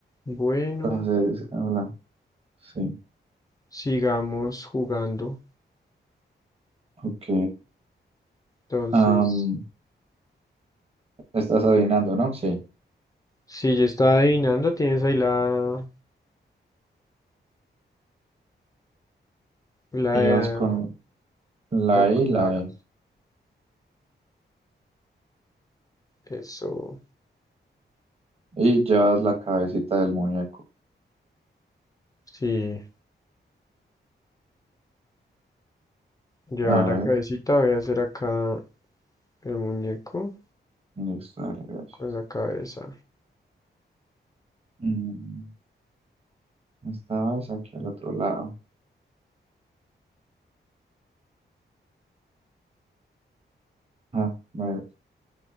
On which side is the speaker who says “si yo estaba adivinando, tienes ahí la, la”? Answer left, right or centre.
Left